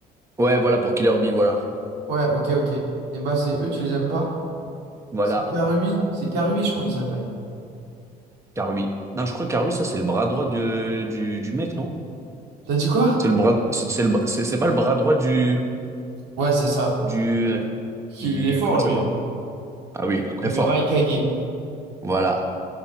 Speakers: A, on the right; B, on the right.
A: ouais, voilà, pour Killer Bee, voilà.
B: Ouais, ok, ok. Et bah, c'est eux, tu les aimes pas?
A: Voilà,
B: C'est Karui, c'est Karui, je crois, il s'appelle.
A: Karui. Non, je crois que Karui, ça, c'est le bras droit du, du, du mec, non?
B: T'as dit quoi?
A: C'est le bras, c'est c'est le, bra- c'est c'est pas le bras droit du,
B: Ouais, c'est ça.
A: du
B: Qui-
A: du,
B: Il est fort,
A: comment
B: lui,
A: il s'appelle?
B: hein.
A: Ah oui, très
B: Du
A: fort.
B: Raikage.
A: Voilà.